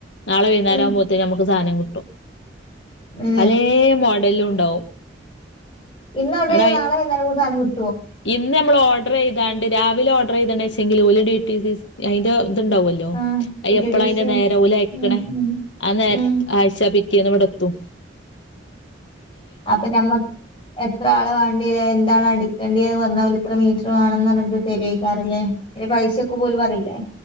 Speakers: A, on the left (about 80°); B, on the left (about 30°).
A: നാളെ വൈന്നാരാവുമ്പോത്തിന്
B: ഉം
A: നമ്മ ക്ക് സാനം കിട്ടും
B: ഏ
A: പലേ മോഡൽ ലും ഉണ്ടാവും.
B: ഇന്ന് ഓഡർ
A: ഇവിടെ
B: ചെയ്ത നാളെ വൈന്നാരം സാനം കി
A: ഇന്ന് നമ്മൾ ഓർഡർ ചെയ്താണ്ട് രാവിലെ ഓർഡർ ചെയ്തീ ണെചെങ്കി ഓല് ഡി ടി സി അയ്ന്റെ അത് ണ്ടാവല്ലോ
B: ആ പി
A: അ
B: ടി
A: എപ്പള
B: ഡി
A: അയ്ന്റെ
B: സി
A: നേരം ഓല് അയക്ക്ണേ
B: ഉം ഉം
A: ആ നേര
B: ഉം
A: ആഴ്ച്ച പി. റ്റേന്ന് ഇവ്ടെത്തും.
B: അപ്പൊ നമ്മ എത്ര ആള് വേണ്ട്യര എന്താണടി ക്കേണ്ടന്ന് പറഞ്ഞ ഓല് ഇത്ര മീറ്റർ വേണംന്ന് പറഞ്ഞ്ട്ട് തെരയ്ക്കാരം ലേ അയ്ന്റെ പൈസൊക്കെ പ്പൊ ഓല് പറീലെ.